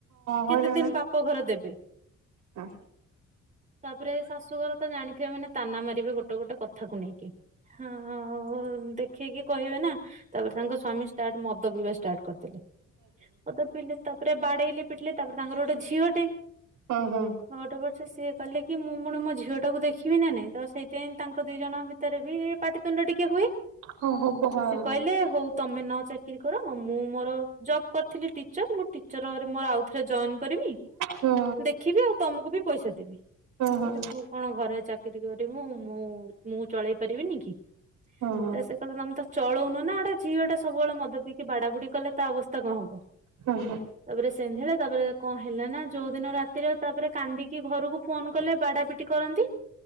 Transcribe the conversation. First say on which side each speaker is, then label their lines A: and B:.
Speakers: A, on the right; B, on the right.
A: ହଇରାଣ
B: କେତେ ଦିନ ବାପ ଘର ଦେବେ।
A: ହଁ <inaudible>
B: ତାପରେ ଶାଶୁଘର ତ ଜାଣିଥିବେ ମାନେ ତାନା ମାରିବେ ଗୋ ଗୋଟ ଗୋଟେ କଥାକୁ ନେଇକି ହ ହଁ ହଉ ଦେଖ ଦେଖେଇକି କହିବେ ନା ତାପରେ ତାଙ୍କ ସ୍ୱାମୀ ଷ୍ଟାର୍ଟ ମଦ ପିଇବା ଷ୍ଟାର୍ଟ କରିଦେଲେ। ମଦ ପିଇଲେ ତାପରେ ବାଡେଇଲେ ପିଟିଲେ ତାପରେ ତାଙ୍କର ଗୋଟେ ଝିଅଟେ।
A: ଓହୋ ହଁ ହଁ
B: ହଉଟେ ପଛେ ସିଏ କଲେ କି କି ମୁଁ ମୁୁଣି ମୋ ଝିଅଟାକୁ ଦେଖିବି ନା ନାଇଁ ତ ସେଇଥିପାଇଁ ତାଙ୍କ ଦିଜଣଙ୍କ ଭିତରେ ବି ପାଟିତୁଣ୍ଡ ଟିକେ ହୁଏ।
A: ହଁ ହବ ହଁ।
B: ସିଏ କହିଲେ ହୋଉ ତମେ ନ ଚା ଚାକିରି କର ମୁଁ ମୋର ଜବ୍ କରିଥିଲି ଟିଚର ମୁଁ ଟିଚରରେ ମୋର ଆଉଥରେ ଜଏନ୍ କରିମି
A: ହୁଁ।
B: ଦେଖିବି ଆଉ ତମକୁ ବି ପଇସା ଦେବି ସିଏ
A: ହୁଁ
B: କହିଲେ
A: ହୁଁ ହୁଁ
B: ତୁ କଣ ଘରେ ଚାକିରି କରିମୁ ମୁଁ ମୁଁ ଚଳେଇ ପାରିବିନି କି।
A: ହଁ।
B: ତାପରେ ସେ କହିଲ ତମେ ତ ଚଳୋଉନ ନା ଗୋଟେ ଝିଅଟା ସବୁବେଳେ ମଦ ପିଇକି ବାଡାବୁଡ଼ି କଲେ ତା ଅବସ୍ଥା କଣ ହବ।
A: ହୁଁ ହୁଁ।
B: ତାପରେ ସେମତି ହେଲା ତାପରେ କଣ ହେଲା ନା ଯୋଉ ଦିନ ରାତିରେ ତାପରେ କାନ୍ଦିକି ଘରକୁ ଫୋନ କଲେ ବାଡା ପିଟି କରନ୍ତି